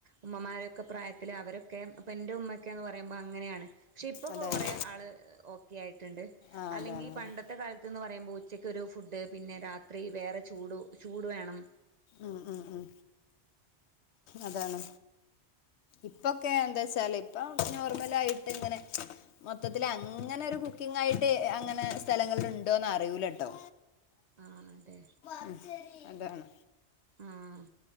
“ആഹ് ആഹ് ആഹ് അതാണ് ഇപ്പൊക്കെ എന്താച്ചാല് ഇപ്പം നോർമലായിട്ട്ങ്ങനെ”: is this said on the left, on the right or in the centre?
Left